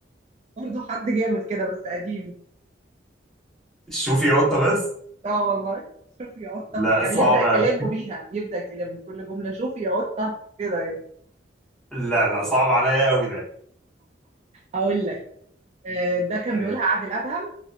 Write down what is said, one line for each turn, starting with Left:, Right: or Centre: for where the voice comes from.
Right: برضو حد جامد كده بس قديم
Centre: شوفي يا قطة بس
Right: اه والله شوف يا قطة
Centre: لا
Right: يعني
Centre: صعب
Right: يبدأ كلامه
Centre: أوي
Right: بيها يبدأ كلامه كل جملة شوف يا قطة كده يعني
Centre: لا لا صعب عليا أوي ده
Right: هقول لك آه، ده كان
Centre: ماشي.
Right: بيقولها عادل أدهم